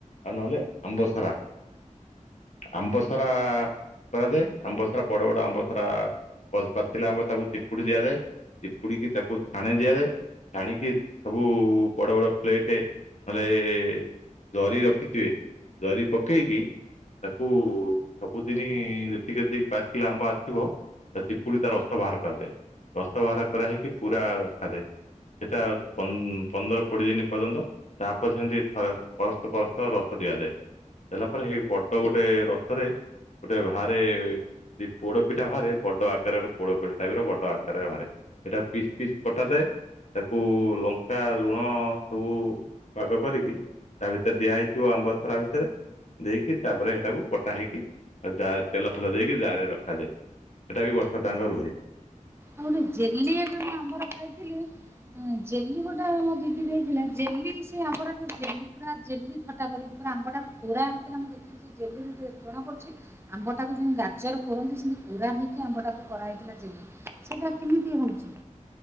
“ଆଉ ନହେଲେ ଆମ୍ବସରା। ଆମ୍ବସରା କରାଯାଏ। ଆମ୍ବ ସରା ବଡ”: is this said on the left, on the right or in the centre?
Left